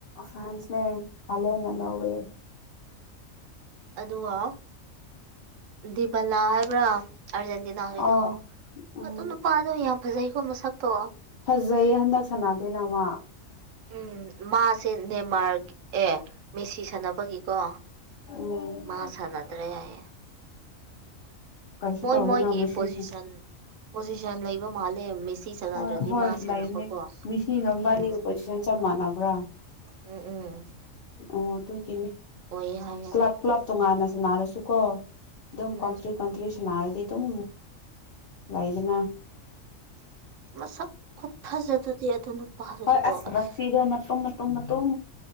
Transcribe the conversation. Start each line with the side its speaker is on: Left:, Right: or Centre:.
Left: ꯐ꯭ꯔꯥꯟꯁꯅꯦ ꯍꯂꯦꯟꯅ ꯂꯧꯋꯦ
Right: ꯑꯗꯨꯒ ꯗꯤꯕꯂꯥ ꯍꯥꯏꯕ꯭ꯔꯥ ꯑꯔꯖꯦꯟꯇꯤꯅꯥ ꯀꯤꯗꯣ
Left: ꯑꯥ ꯎꯝ
Right: ꯑꯇꯨ ꯅꯨꯄꯥꯗꯣ ꯌꯥꯝ ꯐꯖꯩꯀꯣ ꯃꯁꯛꯇꯣ
Left: ꯐꯖꯩꯌꯦ ꯍꯟꯗꯛ ꯁꯅꯥꯗꯦꯅ ꯃꯥ
Right: ꯎꯝ ꯃꯥꯁꯦ ꯅꯦꯃꯥꯔ ꯑꯦ ꯃꯦꯁꯤ ꯁꯥꯟꯅꯕꯒꯤꯀꯣ
Left: ꯎꯝ
Right: ꯃꯥ ꯁꯥꯅꯗ꯭ꯔꯦ ꯍꯥꯏꯌꯦ
Left: ꯀꯩꯁꯨ
Right: ꯃꯣꯏ
Left: ꯇꯧꯗꯦꯅ
Right: ꯃꯣꯏꯒꯤ
Left: ꯃꯤꯁꯤꯁꯦ
Right: ꯄꯣꯖꯤꯁꯟ ꯄꯣꯖꯤꯁꯟ ꯂꯩꯕ ꯃꯥꯜꯂꯦ ꯃꯦꯁꯤ ꯁꯥꯟꯅꯗ꯭ꯔꯗꯤ
Left: ꯍꯣꯏ ꯍꯣꯏ
Right: ꯃꯥ ꯁꯥꯟꯅꯕꯀꯣ
Left: ꯂꯩꯕꯅꯦ ꯃꯤꯁꯤꯒ ꯃꯕꯥꯅꯤꯒ
Right: ꯎꯝ
Left: ꯄꯣꯖꯤꯁꯟ ꯆꯞ ꯃꯥꯟꯅꯕ꯭ꯔꯥ
Right: ꯎꯝ ꯎꯝ
Left: ꯑꯣ ꯑꯗꯨꯒꯤꯅꯦ
Right: ꯑꯣꯏꯌꯦ ꯍꯥꯏꯌꯦ
Left: ꯀ꯭ꯂꯕ ꯀ꯭ꯂꯕ ꯇꯣꯉꯥꯟꯅ ꯁꯟꯅꯔꯁꯨꯀꯣ ꯑꯗꯨꯝ
Right: ꯎꯝ
Left: ꯀꯣꯟꯇ꯭ꯔꯦꯛ ꯅꯔꯥꯗꯤꯗꯨꯝ ꯂꯩꯗꯅꯥ
Right: <inaudible> ꯃꯁꯛ ꯈꯨꯐꯖꯗꯨꯗꯤ ꯑꯗꯨ ꯅꯨꯄꯗꯨꯗꯤꯀꯣ
Left: ꯍꯣꯏ
Right: ꯑꯁ
Left: ꯔꯁꯤꯗꯣ ꯃꯇꯨꯝ ꯃꯇꯨꯝ ꯃꯇꯨꯝ